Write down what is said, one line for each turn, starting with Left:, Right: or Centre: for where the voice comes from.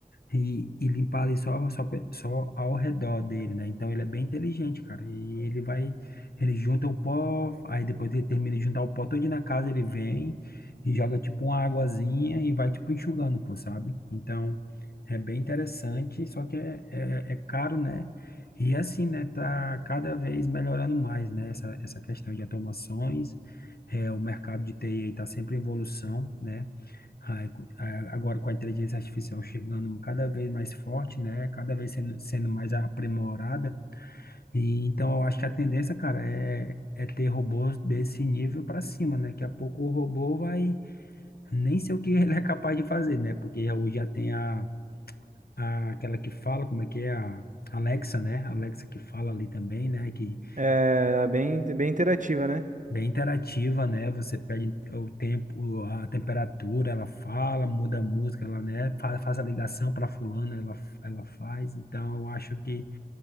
Left: e, e limpar ali só, só, pe- só ao redor dele, né? Então ele é bem inteligente, cara. E ele vai, ele junta o pó, aí depois ele termina de juntar o pó todo na casa, ele vem e joga tipo uma aguazinha e vai tipo enxugando, pô, sabe? Então é bem interessante, só que é, é, é caro, né? E assim, né? Tá cada vez melhorando mais, né? Essa, essa questão de automações. É, o mercado de TI tá sempre em evolução, né? Ai, cu- a- Agora com a inteligência artificial chegando cada vez mais forte, né? Cada vez sendo, sendo mais aprimorada. E então eu acho que a tendência, cara, é, é ter robôs desse nível para cima, né? Daqui a pouco o robô vai nem sei o que <laughs> ele é capaz de fazer, né? Porque já- hoje já tem a, a aquela que fala, como é que é? A Alexa, né? A Alexa que fala ali também, né? Que
Right: É, era bem bem interativa, né?
Left: Bem interativa, né? Você pede o tempo, a temperatura, ela fala, muda a música, ela, né, fa- faz a ligação para fulano, ela, ela faz. Então, eu acho que